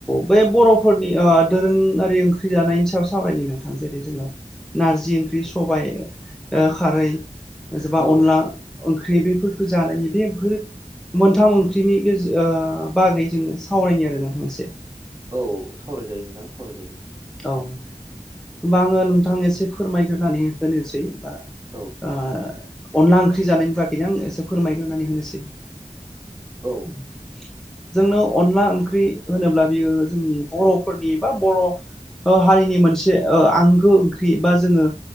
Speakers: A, in the centre; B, on the right.
A: बे बर'फोरनि दोरोङारि ओंख्रि जानायनि सायाव सावरायनि नोंथां जेरै जोंङो नारजि ओंख्रि सबाय ओ खारै जबा
B: औ
A: अनला ओंख्रि बेफोरखौ जानायनि बेफोर मोनथाम ओंख्रिनि गेजेर ओ बागै जोङो सावरायनो आरो नोंथां एसे।
B: औ सावरायजायो नोंथां सावरायजायो।
A: औ होनबा आङो नोंथां एसे फोरमायग्रोनानै होनोसै।
B: औ
A: ओ अनला ओंख्रि जानायनि बागैनो आं एसे फोरमायग्रोनानै होनोसै।
B: औ
A: उम जोंनो अनला ओंख्रि होनोब्ला बियो जोंनि बर'फोरनि बा बर' ओ हारिनि मोनसे ओ आंगो ओंख्रि बा जोङो